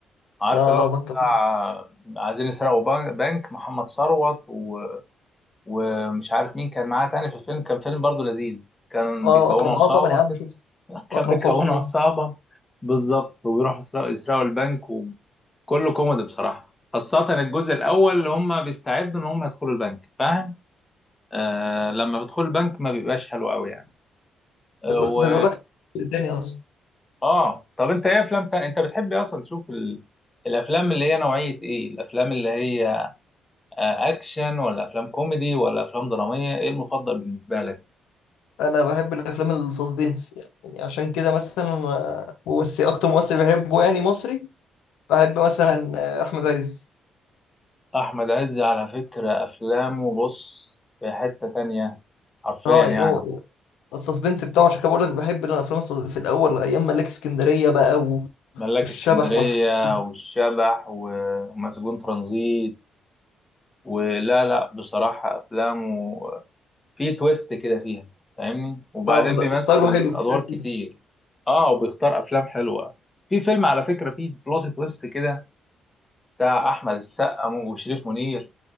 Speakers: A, on the left; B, on the left.
A: عارف
B: اه
A: اللي هو
B: بنك
A: بتاع
B: الحظ.
A: آه، عايزين يسرقوا بنك بنك محمد ثروت و... ومش عارف مين كان معاه تاني في الفيلم كان فيلم برضو لذيذ كان
B: اه
A: بيكونوا
B: اكرم
A: عصابه
B: اه طبعا يا عم
A: كده
B: شفت
A: كان
B: واكرم
A: بيكونوا
B: حسني
A: عصابة بالظبط وبيروحوا يسرقوا يسرقوا البنك وكله كوميدي بصراحة خاصة الجزء الأول اللي هم بيستعدوا إن هم يدخلوا البنك فاهم؟ آه لما بيدخلوا البنك ما بيبقاش حلو أوي يعني آه
B: ده بيقول
A: و...
B: ده بيقول لك تاني اصلا
A: آه طب أنت إيه أفلام تانية؟ أنت بتحب إيه أصلا تشوف ال... الأفلام اللي هي نوعية إيه؟ الأفلام اللي هي آه أكشن ولا أفلام كوميدي ولا أفلام درامية؟ إيه المفضل بالنسبة لك؟
B: انا بحب الافلام السسبنس يعني عشان كده مثلا آه، ممثل اكتر ممثل بحبه يعني مصري بحب مثلا آه، احمد عز
A: أحمد عز على فكرة أفلامه بص في حتة تانية حرفيا
B: اه
A: يعني
B: يعني هو السسبنس بتاعه عشان كده بقول لك بحب الافلام الس- في الاول ايام ملاك اسكندريه بقى و-
A: ملاك
B: والشبح
A: اسكندرية
B: والحاجات دي
A: والشبح ومسجون ترانزيت ولا لا بصراحة أفلامه في تويست كده فيها فاهمني وبعدين
B: لا فده-
A: بيمثل
B: ستايله حلو في
A: أدوار
B: الحاجات
A: كتير
B: دي
A: آه وبيختار أفلام حلوة في فيلم على فكرة فيه بلوت تويست كده بتاع أحمد السقا وشريف منير